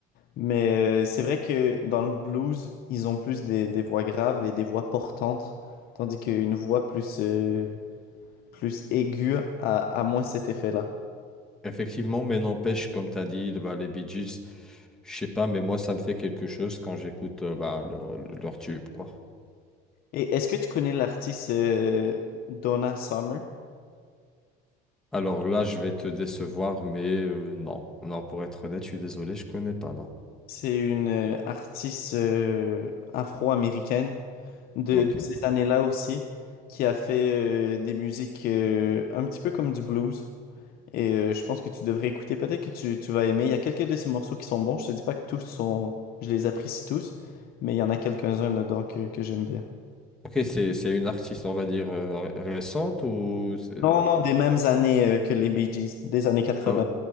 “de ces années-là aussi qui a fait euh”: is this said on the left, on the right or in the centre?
Left